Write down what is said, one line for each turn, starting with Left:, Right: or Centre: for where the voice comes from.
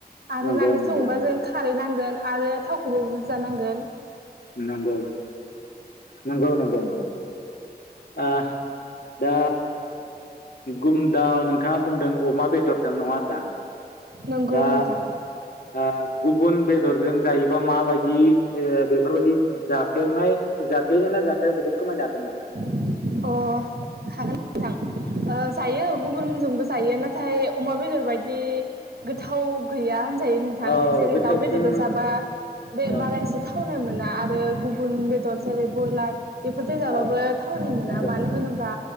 Right: आरो
Left: नंगौ
Right: नारजि
Left: नंगौ
Right: संबा जों खारै नां गोन आरो थावखौबो बुजानांगोन।
Left: नंगौ नंगौ नंगौ नंगौ। आ दा गुमदा नों थाङा बुंदों अमा बेदरजों नङा होनदा
Right: नंगौ
Left: दा
Right: नोंथां
Left: ओ गुबुन बेदरजों जायो बा माबायदि ओ बेफोरबायदि जाफेरनाय जाफेरो ना जाफेरा बेखौ फोरमायनो हागोन नामा?
Right: अ हागोन नोंथां। ओ जायो गुबुनजोंबो जायो नाथाय अमा बेदर बायदि गोथाव गैया होन जायो नोंथां
Left: औ
Right: जेरै
Left: गोथावसिन
Right: दाउ बेदरदो जाबा बे
Left: औ
Right: बारा एसे थावनाय मोन <unintelligible> ओ गुबन बेदर जेरै बयलार बेफोरजों जाबाबो
Left: औ
Right: थाव थावनाय मोना
Left: नंगौ
Right: मानो होनोब्ला